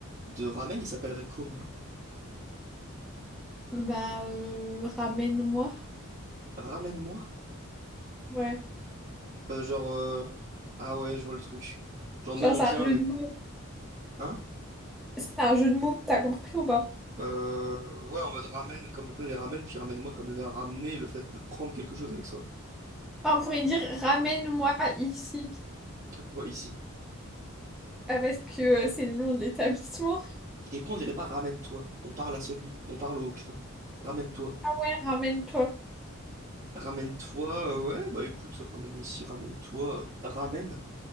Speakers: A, on the right (about 35°); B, in the centre.
A: de ramen, il s'appellerait comment?
B: Bah, euh, ramen-moi.
A: Ramène-moi?
B: Ouais.
A: Euh, genre, euh, ah ouais, je vois le truc. Genre, nous,
B: Genre,
A: on
B: c'est
A: vient
B: un jeu
A: avec.
B: de mots.
A: Hein?
B: C'est un jeu de mots, t'as compris ou pas?
A: Euh, ouais, en mode ramène, comme le plat les ramène, puis ramène-moi, comme le verbe ramener, le fait de prendre quelque chose avec soi.
B: Ah, on pourrait dire ramène-moi ici,
A: Et Pourquoi ici?
B: Ah, parce que euh, c'est le nom de l'établissement.
A: Et puis, on dirait pas ramène-toi. On parle à celui, on parle au client. Ramène-toi.
B: Ah ouais, ramène-toi.
A: Ramène-toi, euh, ouais, bah écoute, ramène ici, ramène-toi, ramène.